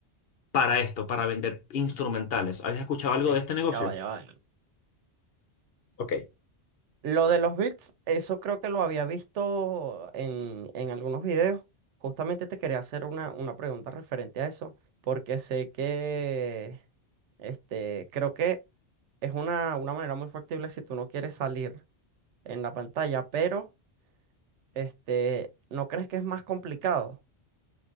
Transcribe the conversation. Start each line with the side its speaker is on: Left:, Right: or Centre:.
Left: para esto, para vender instrumentales. ¿Habéis escuchado algo
Right: Ok,
Left: de este negocio?
Right: Ya va, ya va.
Left: Ok.
Right: Lo de los bits, eso creo que lo había visto en, en algunos videos. Justamente te quería hacer una, una pregunta referente a eso, porque sé que, este, creo que es una, una manera muy factible si tú no quieres salir en la pantalla, pero, este, ¿no crees que es más complicado?